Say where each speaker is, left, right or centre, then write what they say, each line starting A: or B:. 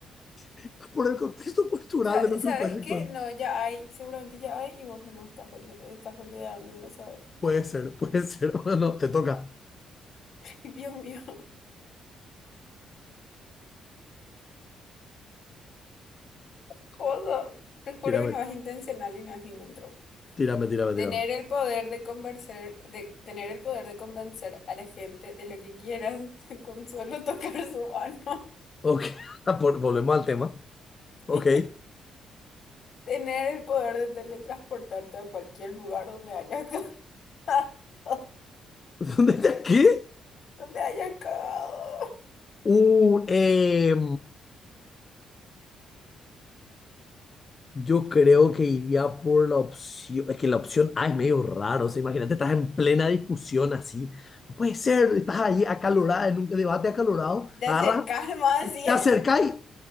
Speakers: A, on the left; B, on the left.
A: <laughs> por el contexto cultural
B: Sa-
A: de nuestro
B: ¿Sabes
A: país actual.
B: qué? No, ya hay, seguramente ya hay y vos nomás estás, bolu- estás boludeando y no sabes.
A: Puede ser, puede ser. <laughs> Bueno, te toca.
B: <laughs> Dios mío, ¿cómo sos? Te juro
A: Tírame,
B: que no es intencional y no es ningún trauma.
A: tírame, tírame,
B: Tener
A: tírame.
B: el poder de convencer, de tener el poder de convencer a la gente de lo que quieras <laughs> con solo tocar su mano.
A: Ok, <laughs> por- volvemos al tema. Ok.
B: <laughs> Tener el poder de teletransportarte a cualquier lugar donde hayas cagado. <laughs>
A: <laughs> ¿Dónde está? ¿Qué?
B: Donde hayas cagado.
A: Uh, eh, Yo creo que iría por la opción, es que la opción A es medio raro, o sea, imagínate, estás en plena discusión así, no puede ser, estás ahí acalorada, en un debate acalorado,
B: De
A: agarras,
B: acercar más así.
A: te
B: en-
A: acercás y